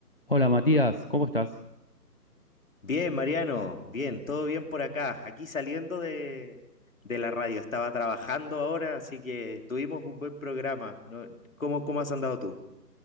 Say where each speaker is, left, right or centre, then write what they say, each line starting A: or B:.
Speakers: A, on the left; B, on the left.
A: Hola Matías, ¿cómo estás?
B: Bien, Mariano, bien, todo bien por acá. Aquí saliendo de, de la radio, estaba trabajando ahora, así que tuvimos un buen programa, ¿no? ¿Cómo, cómo has andado tú?